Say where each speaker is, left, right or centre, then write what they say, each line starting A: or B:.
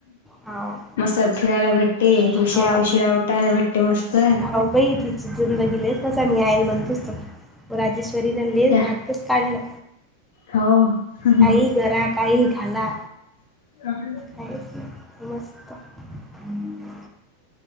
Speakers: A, in the centre; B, on the left.
A: हा
B: मस्त फिरायला भेटते
A: हा
B: उशिरा उशिरा उठायला भेटते मस्त.
A: हो बाई ती <unintelligible> राजेश <unintelligible> भाग्यच
B: त्या
A: काढलं
B: हो
A: काही गरा, काही घाला.
B: <inaudible>
A: काहीच नाही मस्त हम्म